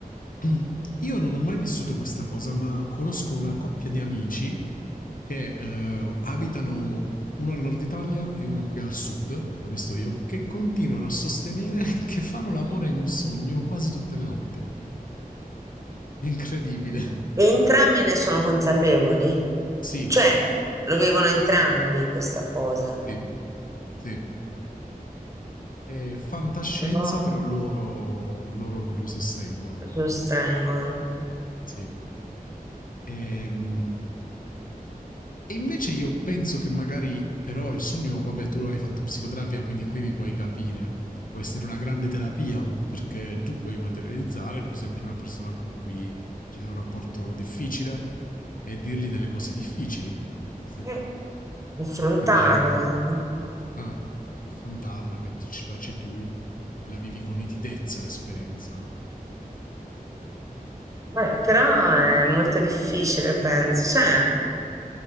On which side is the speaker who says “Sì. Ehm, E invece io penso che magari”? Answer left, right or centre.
Left